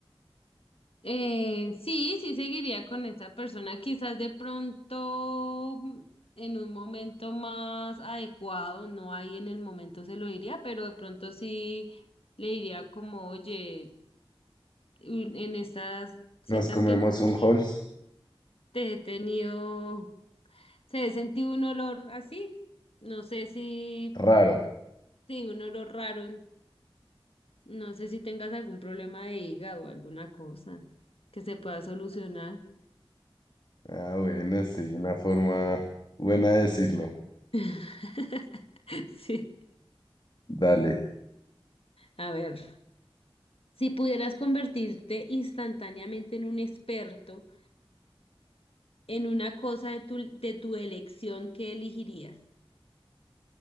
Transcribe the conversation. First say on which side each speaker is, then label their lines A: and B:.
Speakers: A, on the left; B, on the left.
A: Eh, sí, sí seguiría con esa persona, quizás de pronto mm, en un momento más adecuado, no ahí en el momento se lo diría, pero de pronto sí le diría como, oye, un- en estas citas
B: ¿Nos comemos
A: que hemos
B: un
A: tenido,
B: Halls?
A: te he tenido, se he sentido un olor así, no sé si,
B: Raro.
A: sí, un olor raro, no sé si tengas algún problema de hígado o alguna cosa que se pueda solucionar.
B: Ah, bueno, sí, una forma buena de decirlo.
A: <laughs> Sí,
B: Dale.
A: a ver, si pudieras convertirte instantáneamente en un experto en una cosa de tu, de tu elección, ¿qué elegirías?